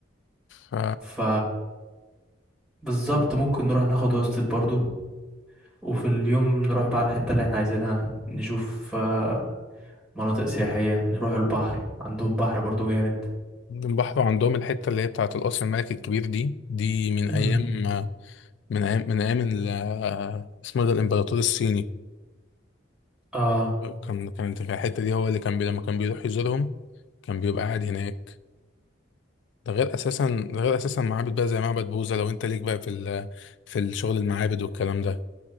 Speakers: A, on the left; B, in the centre.
A: ف
B: ف بالظبط ممكن نروح ناخد هوستل برضو وفي اليوم نروح بقى على الحتة اللي احنا عايزينها نشوف آه، مناطق سياحية نروح البحر عندهم بحر برضو جامد
A: البحر عندهم الحتة اللي هي بتاعة القصر الملكي الكبير دي دي من
B: مم.
A: أيام من أيام من أيام ال- اسمه إيه ده الإمبراطور الصيني
B: اه
A: كان كان في الحتة دي هو اللي كان بي لما كان بيروح يزورهم كان بيبقى قاعد هناك ده غير أساسا ده غير أساسا معابد بقى زي معبد بوذا لو أنت ليك بقى في ال... في الشغل المعابد والكلام ده